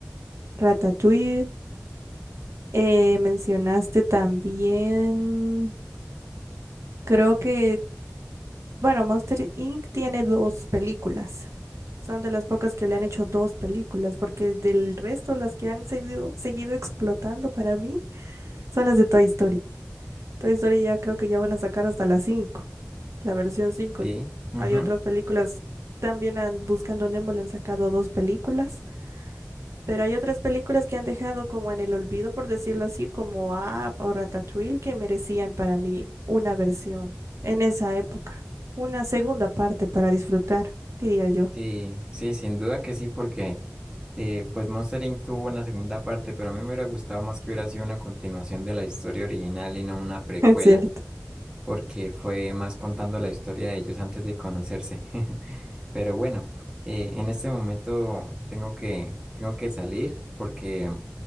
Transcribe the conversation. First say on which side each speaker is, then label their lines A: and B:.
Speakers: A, on the right (about 65°); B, on the right (about 15°).
A: Ratatouille. Eh, mencionaste también, creo que, bueno, Monster Inc. tiene dos películas. Son de las pocas que le han hecho dos películas, porque del resto las que han seguido, seguido explotando para mí son las de Toy Story. Toy Story ya creo que ya van a sacar hasta las 5, la versión cinco.
B: Sí,
A: y
B: ujú,
A: Hay otras películas, también han- Buscando Nemo le han sacado dos películas. Pero hay otras películas que han dejado como en el olvido, por decirlo así, como Up o Ratatouille, que merecían para mí una versión en esa época, una segunda parte para disfrutar, diría yo.
B: Sí, sí, sin duda que sí, porque eh, pues Monster Inc. tuvo una segunda parte, pero a mí me hubiera gustado más que hubiera sido una continuación de la historia original y no una precuela,
A: <laughs> Es cierto.
B: porque fue más contando la historia de ellos antes de conocerse. <laughs> Pero bueno, eh, en este momento tengo que, tengo que salir porque